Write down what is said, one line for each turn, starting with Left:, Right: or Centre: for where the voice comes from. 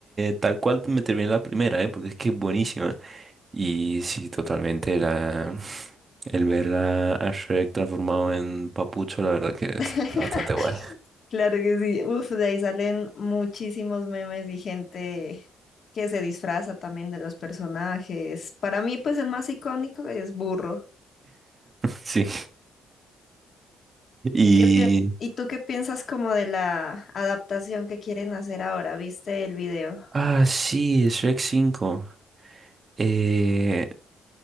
Right: tal cual me terminé la primera, ¿eh? Porque es que es buenísima. Y sí, totalmente la... El ver a a Shrek transformado en papucho, la verdad que es
Left: <laughs>
Right: bastante guay.
Left: Claro que sí. Uf, de ahí salen muchísimos memes y gente que se disfraza también de los personajes. Para mí, pues el más icónico es Burro.
Right: <laughs> Sí. Y...
Left: ¿Y qué pi- y tú qué piensas como de la adaptación que quieren hacer ahora? ¿Viste el video?
Right: Ah, sí, Shrek cinco. Eh,